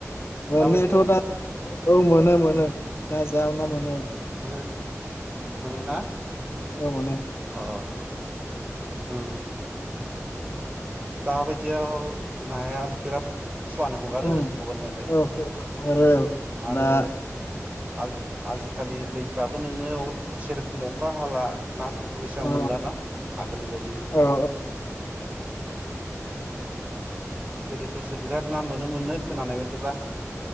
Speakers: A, on the left (about 50°); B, on the right (about 25°).
A: मोनायाथ'
B: दाबायदियाव
A: दा औ मोनो मोनो ना जा ना मोनो ओ
B: मोनो मोनोना
A: मोनो
B: अ उम दाबायदियाव नाया बिराद फुवानो हगारो
A: उम
B: हगारनायालाय
A: औ आरो
B: आरो
A: दा
B: आज-आजिखालि दैफ्राबो नोङो सेरखम अखा हाला नाफोरखौ बेसेबां
A: औ
B: मोनलाना आगोलनि बायदि
A: औ औ
B: गोदोफोरसो बिराद ना मोनो मोननो खोनानाय बायदिब्ला